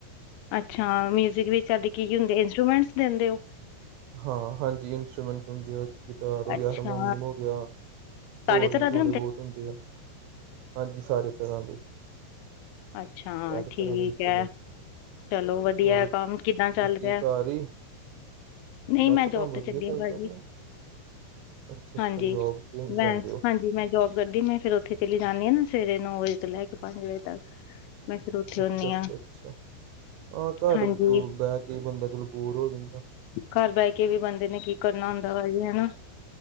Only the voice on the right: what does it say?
ਹਾਂ ਹਾਂਜੀ ਇੰਸਟਰੂਮੈਂਟਸ ਹੁੰਦੇ ਹੈ। ਗਿਟਾਰ ਹੋ
ਗਿਆ, ਹਰਮੋਨੀਅਮ ਹੋ ਗਿਆ ਹੋਰ
ਵੀ ਥੋੜੇ
ਬਹੁਤ ਹੁੰਦੇ ਆ। ਹਾਂਜੀ ਸਾਰੇ ਤਰ੍ਹਾਂ ਦੇ।
ਸਾਰੇ
ਤਰ੍ਹਾਂ ਦੇ ਇੰਸਟਰੂਮੈਂਟ
ਹੋਰ
ਤੁਸੀਂ
ਘਰ ਹੀ
ਬਸ
ਕੰਮ
ਵਧੀਆ
ਚੱਲਦਾ
ਪਿਆ ਅੱਛਾ ਅੱਛਾ
ਜੋਬ ਤੇ
ਜਾਂਦੇ ਹੋ
ਅੱਛਾ-ਅੱਛਾ,
ਅੱਛਾ ਹਾ ਘਰ
ਬਹਿ ਕੇ ਬੰਦਾ ਚਲੋ ਬੋਰ ਹੋ ਜਾਂਦਾ।